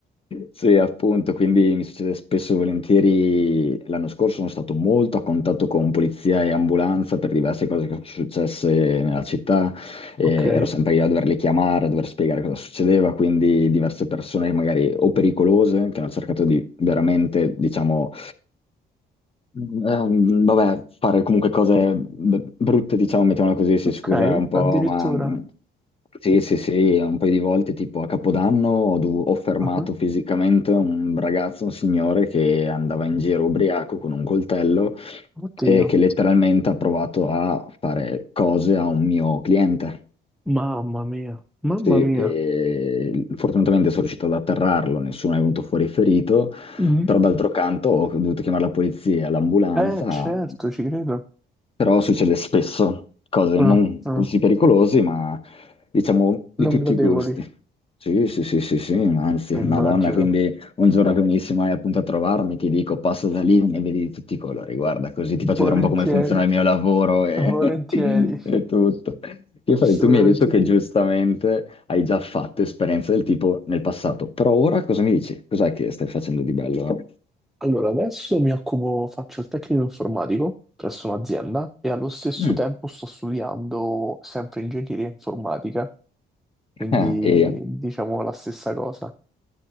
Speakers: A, on the left (about 30°); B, in the centre.
A: Sì, appunto, quindi mi succede spesso e volentieri. L'anno scorso sono stato molto a contatto con polizia e ambulanza per diverse cose che sono successe nella città. Eh,
B: Ok,
A: ero sempre io a doverle chiamare, a dover spiegare cosa succedeva, quindi diverse persone magari o pericolose che hanno cercato di veramente, diciamo, Ehm, vabbè, fare comunque cose b- brutte, diciamo, mettiamola così, si
B: ok,
A: scusa un po',
B: addirittura.
A: ma mh, sì, sì, sì, un paio di volte, tipo a Capodanno, ho, dov- ho fermato
B: Ah,
A: fisicamente un ragazzo, un signore che andava in giro ubriaco con un coltello
B: Oddio.
A: e che letteralmente ha provato a fare cose a un mio cliente.
B: Mamma mia, mamma
A: Sì,
B: mia.
A: e fortunatamente sono riuscito ad atterrarlo, nessuno è venuto fuori ferito,
B: Mhm.
A: però d'altro canto ho dovuto chiamare la polizia, l'ambulanza,
B: Eh, certo, ci credo.
A: però succede spesso, cose
B: Ah,
A: non
B: ah.
A: così pericolosi, ma diciamo di
B: Non
A: tutti
B: gradevoli,
A: i gusti. Sì, sì, sì, sì, sì, anzi,
B: immagino.
A: Madonna, quindi un giorno che venissi mai appunto a trovarmi, ti dico, passa da lì e vedi di tutti i colori, guarda, così ti faccio
B: Volentieri.
A: vedere un po' come funziona il mio lavoro e,
B: Volentieri,
A: <laughs> e tutto. Io farei,
B: <laughs> assolutamente
A: tu mi hai detto che
B: sì.
A: giustamente hai già fatto esperienze del tipo nel passato, però ora cosa mi dici? Cos'è che stai facendo di bello?
B: Allora, adesso mi occupo, faccio il tecnico informatico presso un'azienda e allo stesso
A: Mm.
B: tempo sto studiando sempre ingegneria informatica, quindi
A: Ah, e
B: diciamo la stessa cosa.